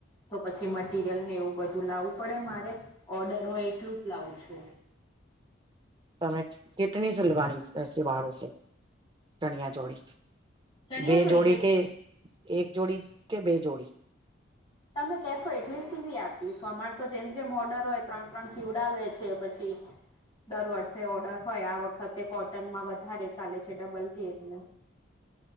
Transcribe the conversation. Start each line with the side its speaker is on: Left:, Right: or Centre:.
Left: તો પછી મટીિરિયલ ને એવું બધું લાવવું પડે મારે ઓર્ડર હોય એટલું જ લાવું છું
Right: તમે કેટણી સલવાની સિવાળો છે ચણિયા ચોળી
Left: ચણિયા
Right: બે
Left: છોડી
Right: જોડી
Left: જે
Right: કે એક જોડી કે બે જોડી
Left: તમે કહેશો એટલી સીવી આપીશો અમારે તો જેમ જેમ ઓર્ડર હોય ત્રણ ત્રણ સીવડાવે છે પછી દર વર્ષે ઓર્ડર હોય આ વખતે કોટનમાં વધારે ચાલે છે ડબલ ગેરની